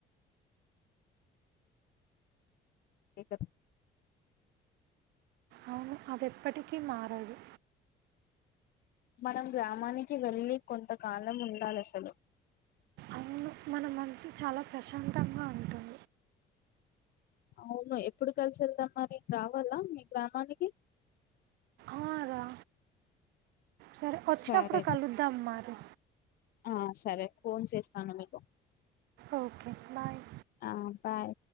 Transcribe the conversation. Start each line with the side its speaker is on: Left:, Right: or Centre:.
Left: ఎకత్
Right: అవును అది ఎప్పటికీ మారడు
Left: మనం గ్రామానికి వెళ్ళి కొంతకాలం ఉండాలి అసలు
Right: అవును మన మనసు చాలా ప్రశాంతంగా ఉంటుంది
Left: అవును ఎప్పుడు కలిసి వెళ్దాం మరి రావాలా మీ గ్రామానికి
Right: ఆ రా సరే వచ్చినప్పుడు
Left: సరే
Right: కలుద్దాం మారి
Left: ఆ సరే ఫోన్ చేస్తాను మీకు
Right: ఓకే బాయ్
Left: ఆ బాయ్